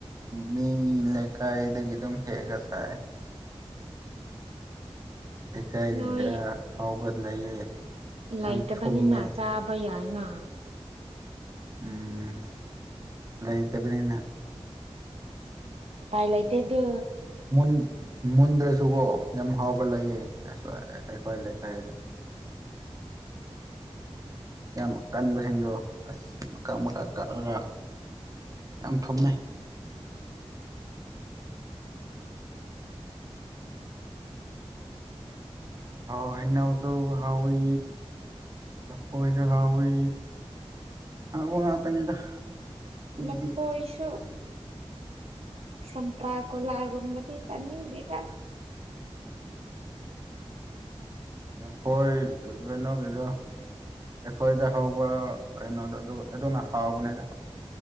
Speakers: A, on the right (about 35°); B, on the right (about 70°).
A: ꯃꯤ ꯂꯩꯀꯥꯏꯗꯒꯤ ꯑꯗꯨꯝ ꯍꯦꯛꯑꯒ ꯁꯥꯏ ꯂꯩꯀꯥꯏꯗꯨꯗ
B: ꯅꯣꯏ
A: ꯍꯥꯎꯕ ꯂꯩꯌꯦ
B: ꯂꯩꯇꯕꯅꯤꯅ
A: ꯌꯥꯝ ꯊꯨꯝꯃꯦ
B: ꯆꯥꯕ ꯌꯥꯏꯅ
A: ꯎꯝ ꯏꯇꯄꯅꯤꯅ
B: ꯄꯥꯏ ꯂ ꯏꯇꯦ ꯑꯗꯨ
A: ꯃꯨꯟ ꯃꯨꯟꯗ꯭ꯔꯁꯨꯀꯣ ꯌꯥꯝ ꯍꯥꯎꯕ ꯂꯩꯌꯦ ꯑꯩꯈꯣꯏ ꯂꯩꯀꯥꯏꯗ
B: <unintelligible> <inaudible>
A: ꯌꯥꯝ ꯀꯟꯕꯁꯤꯡꯗꯣ ꯑꯁ ꯃꯀꯛ ꯃꯀꯛ ꯀꯛꯑꯒ ꯌꯥꯝ ꯊꯨꯝꯃꯦ
B: <unintelligible> <inaudible>
A: ꯏꯩꯅꯎ ꯍꯥꯎ ꯍꯩꯅꯎꯁꯨ ꯍꯥꯎꯋꯤ ꯂꯐꯣꯏꯁꯨ ꯍꯥꯎꯋꯤ ꯍꯥꯏꯕ ꯉꯥꯛꯇꯅꯤꯗ ꯑꯩꯒꯤꯗꯤ
B: ꯂ ꯍꯣꯏꯣꯏꯁꯨ ꯁꯄ꯭ꯔ ꯀꯣꯂꯒꯣꯕꯗꯤ ꯆꯥꯟꯅꯤꯡꯗꯦ ꯀ
A: ꯄꯣꯏ ꯅꯣꯒꯦꯗꯣ ꯑꯩꯈꯣꯏꯗ ꯍꯧꯕ ꯀꯩꯅꯣꯗꯣ ꯑꯗꯨ ꯑꯗꯨꯅ ꯍꯥꯎꯕꯅꯦꯗ